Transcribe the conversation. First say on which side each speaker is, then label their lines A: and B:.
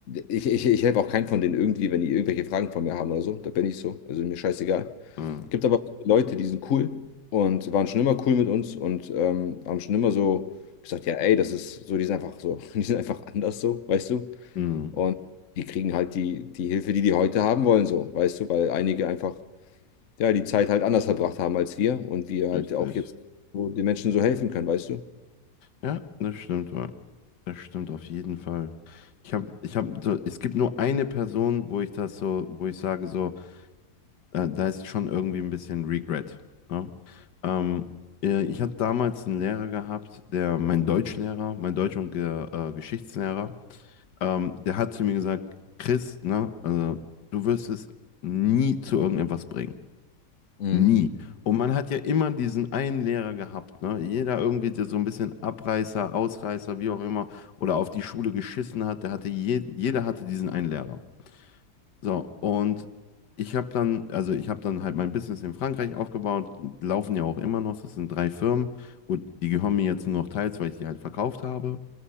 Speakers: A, on the left; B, on the left.
A: ich ich, ich helfe auch keinen von denen irgendwie, wenn die irgendwelche Fragen von mir haben oder so. Da bin ich so. Also mir scheißegal.
B: Ah.
A: Gibt aber Leute, die sind cool und waren schon immer cool mit uns und ähm, haben schon immer so gesagt, ja, ey, das ist so, die sind einfach so, <laughs> die sind einfach anders so, weißt du?
B: Mhm.
A: Und die kriegen halt die, die Hilfe, die die heute haben wollen, so, weißt du, weil einige einfach, ja, die Zeit halt anders verbracht haben als wir und wir halt
B: Richtig.
A: auch jetzt so den Menschen so helfen können, weißt du?
B: Ja, das stimmt wohl. Das stimmt auf jeden Fall. Ich habe, ich habe so, es gibt nur eine Person, wo ich das so, wo ich sage so, äh, da ist schon irgendwie ein bisschen Regret. Ne? Ähm, äh, ich hatte damals einen Lehrer gehabt, der, mein Deutschlehrer, mein Deutsch- und Ge äh, Geschichtslehrer. Ähm, der hat zu mir gesagt, Chris, ne, also, du wirst es nie zu irgendetwas bringen.
A: Mhm.
B: Nie. Und man hat ja immer diesen einen Lehrer gehabt, ne? Jeder irgendwie, der so ein bisschen Abreißer, Ausreißer, wie auch immer, oder auf die Schule geschissen hat, der hatte je, jeder hatte diesen einen Lehrer. So, und ich habe dann, also ich habe dann halt mein Business in Frankreich aufgebaut, laufen ja auch immer noch, das sind drei Firmen. Gut, die gehören mir jetzt nur noch teils, weil ich die halt verkauft habe.